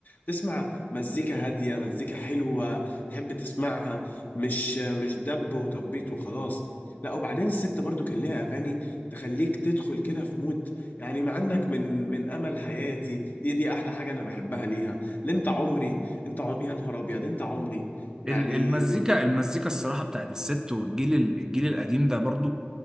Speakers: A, on the left; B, on the right.
A: تسمع مزيكا هادية مزيكا حلوة تحب تسمعها مش مش دب وتخبيط وخلاص لا وبعدين الست برضو كان ليها اغاني تخليك تدخل كده في مود يعني ما عندك من من امل حياتي دي دي احلى حاجة انا بحبها ليها لا انت عمري انت عم... يا نهار ابيض انت عمري يعني
B: ال- المزيكا المزيكا الصراحة بتاعت الست والجيل ال- الجيل القديم ده برضو